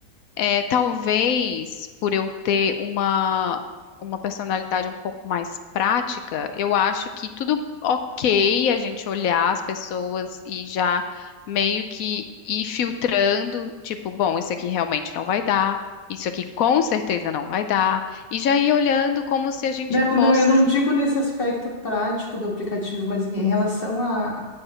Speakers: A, on the left; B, on the left.
A: É, talvez por eu ter uma, uma personalidade um pouco mais prática, eu acho que tudo ok a gente olhar as pessoas e já meio que ir filtrando, tipo, bom, isso aqui realmente não vai dar, isso aqui com certeza não vai dar, e já ir olhando como se a gente
B: Não,
A: fosse.
B: não, eu não digo nesse aspecto prático do aplicativo, mas em, em relação à